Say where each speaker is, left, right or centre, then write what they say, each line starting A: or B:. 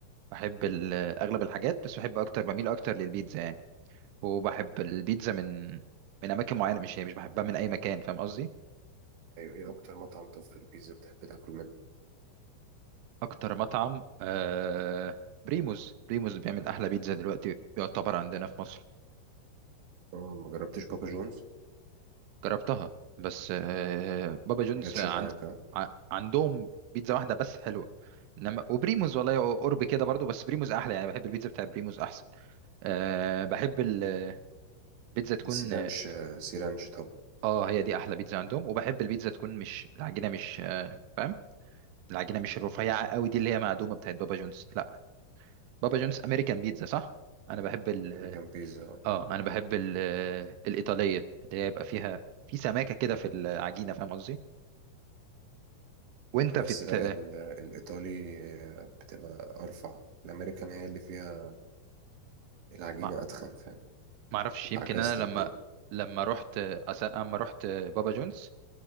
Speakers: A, on the right (about 85°); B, on the right (about 65°).
A: بحب ال- اغلب الحاجات بس بحب اكتر بميل اكتر للبيتزا يعني وبحب البيتزا من من اماكن معينه مش هي مش بحبها من اي مكان فاهم قصدي
B: أيوة إيه أكتر مطعم طب في البيتزا بتحب تاكل منه؟
A: اكتر مطعم آه بريموز بريموز بيعمل احلى بيتزا دلوقتي يعتبر عندنا في مصر
B: آه، ما جربتش بابا جونز؟
A: جربتها بس آه بابا جونز
B: ما جاتش
A: عن
B: معاك ها؟
A: ع- عندهم بيتزا واحده بس حلوه انما وبريموز والله قرب كده برضو بس بريموز احلى يعني بحب البيتزا بتاع بريموز احسن أه بحب البيتزا تكون
B: السيرانش
A: اه
B: آه، سيرانش طب
A: آه، هي دي احلى بيتزا عندهم وبحب البيتزا تكون مش العجينه مش آه، فاهم العجينه مش الرفيعه قوي دي اللي هي معدومه بتاعت بابا جونز لا بابا جونز امريكان بيتزا صح انا بحب ال
B: أمريكان بيتزا
A: اه انا بحب ال آه، الايطاليه اللي هي يبقى فيها في سماكه كده في العجينه فاهم قصدي وانت
B: بس
A: في الت...
B: لا ال- الإيطالي بتبقى أرفع الأمريكان هي اللي فيها العجينة
A: ما
B: أتخن فاهم
A: ما اعرفش
B: اتعكست
A: يمكن انا
B: الدنيا
A: لما لما رحت اصلا اما رحت بابا جونز